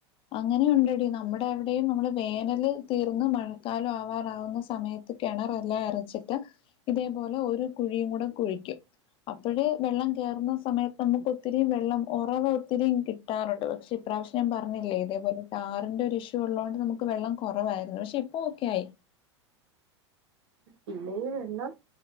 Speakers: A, on the left (about 35°); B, on the right (about 60°).
A: അങ്ങനെയുണ്ടെടി നമ്മുടെ എവിടെയും നമ്മള് വേനല് തീർന്ന് മഴക്കാലം ആവാറാവുന്ന സമയത്ത് കിണറല്ലാം ഇരച്ചിട്ട് ഇതേപോലെ ഒരു കുഴിയും കൂടെ കുഴിക്കും അപ്പഴേ വെള്ളം കയറുന്ന സമയത്ത് നമുക്ക് ഒത്തിരിയും വെള്ളം ഉറവ് ഒത്തിരിയും കിട്ടും ട്ടാറുണ്ട് പക്ഷേ ഇ ഇപ്രാവശ്യം ഞാൻ പറഞ്ഞില്ലേതേപോലെ ടാറിന്റെ ഒരു ഇഷ്യൂ ഉള്ളതോണ്ട് നമുക്ക് വെള്ളം കുറവായിരുന്നു പക്ഷെ ഇപ്പ ഒക്കെ ആയി
B: പിന്നെ ഈ വെള്ളം